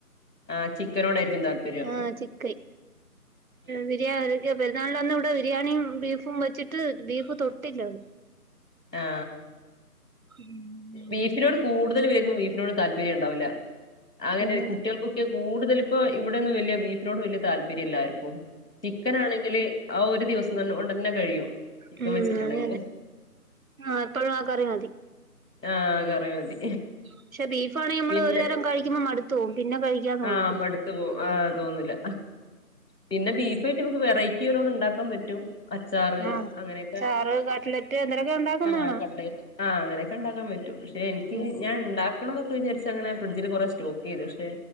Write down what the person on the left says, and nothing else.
ആ ചിക്കനോടായിരിക്കും താല്പര്യം
ഉം
ആ
ബീഫിനോട് കൂടുതൽ ബീഫിനോട്‌ താല്പര്യം ഇണ്ടാവില്ല അങ്ങനെ
കുട്ടികൾക്കൊക്കെ കൂടുതലും ഇപ്പ ഇവിടെയൊന്നും വിയ ബീഫിനോട് വലിയ താല്പര്യംല്ലായിരിക്കും ചിക്കൻ ആണെങ്കില് ആ ഒരു ദിവസംന്ന കൊണ്ടു തന്നെ കഴിയും ചിക്കൻ
വെച്ചിട്ടുണ്ടെങ്കില്
ആഹ കറിയ മതി
പിന്നെ
ആഹ് മടുത്തു പോവും ആഹ് തോന്നില്ല പിന്നെ ബീഫ ആയിട്ട് നമുക്ക് വെറൈറ്റി ഓരോ ഒന്നും ഉണ്ടാക്കാൻ പറ്റും അച്ചാറ്
അങ്ങനെയൊക്കെ
ആഹ
കണ്ട ആ അങ്ങനെയൊക്കെ ഉണ്ടാക്കാൻ പറ്റും പക്ഷെ എനിക്ക്
ഞാൻ ഇണ്ടാക്ക കണമൊക്കെ വിചരി അങ്ങനെ ഡ്ജിൽ കുറെ സ്റ്റോക്ക് ചെയ്തു പക്ഷെ